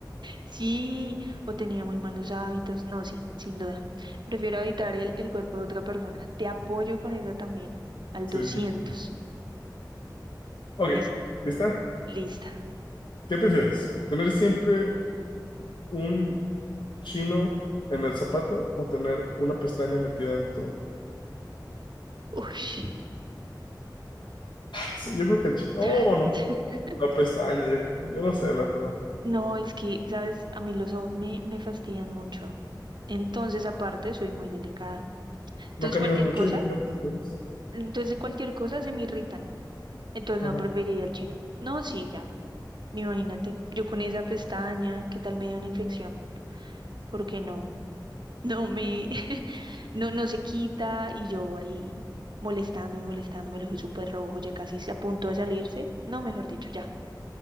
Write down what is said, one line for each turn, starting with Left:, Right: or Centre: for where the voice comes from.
Right: Sí, o tenía muy malos hábitos. No, sí, sin duda. Prefiero habitar el, el cuerpo de otra persona. Te apoyo con esa también, al
Left: Sí,
Right: doscientos
Left: sí, sí. Ok,
Right: Lista,
Left: ¿lista?
Right: lista.
Left: ¿Qué prefieres? ¿Tener siempre un chino en el zapato o tener una pestaña metida en tu ojo?
Right: Ush.
Left: Eso, Yo creo que el chino.
Right: <laughs>
Left: No, no. La pestaña, yo, yo no sé, la verdad.
Right: No, es que, sabes, a mí los ojos me, me fastidian mucho. Entonces, aparte, soy muy delicada. Entonces,
Left: No caminas
Right: cualquier
Left: mucho
Right: cosa,
Left: y me quedas. pues,
Right: entonces cualquier cosa se me irritan. Entonces,
Left: Ajá.
Right: no, preferiría el chino. No, sí, ya. Imagínate, yo con esa pestaña, ¿qué tal me dé una infección? Porque no, no me, <laughs> no, no se quita y yo ahí molestando y molestando, me lo ojo súper rojo, ya casi se a punto de salirse. No, mejor dicho, ya.